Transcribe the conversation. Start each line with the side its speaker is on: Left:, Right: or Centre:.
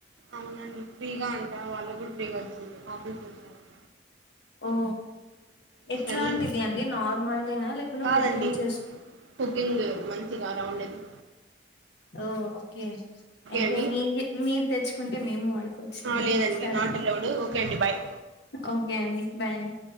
Right: అవునండి ఫ్రీగా అంటా వాళ్ళకు కూడా ఫ్రీగా వచ్చింది ఆఫీస్ లో ఇచ్చారంట
Left: ఓ ఎట్లాంటిది
Right: అని
Left: అండి నార్మల్దేన లేకుంటే
Right: కాదండి
Left: కుకింగ్ చేసుకో
Right: కుకింగ్ మంచిగా రౌండేది
Left: ఓ ఓకే అయితే
Right: అండి
Left: మీకే మీరు తెచ్చుకుంటే మేము వాడుకుం
Right: ఆ లేదండి
Left: సరే
Right: నాట్ అలౌడ్ ఓకే అండి బాయ్
Left: ఓకే అండి బాయ్ అండి